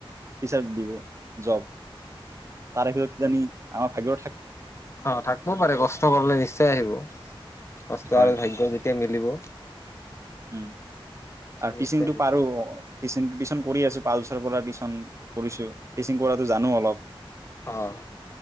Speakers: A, on the right; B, on the left.
A: টিচাৰক দিব। জব। তাৰে ভিতৰত কিজানি আমাৰ ভাগ্য
B: অহ থাকবও পাৰে কষ্ট কৰিলে নিশ্চয় আহিব কষ্ট
A: হয়
B: আৰু ভাগ্য যে মিলিব।
A: উম আৰু
B: নিশ্চয়
A: টিচিং টো
B: আহিব
A: পাৰো টিচিং টো টিউচন কৰি আছো পা টিচন কৰিছো টিচিং কৰাটো জানো অলপ।
B: অহ।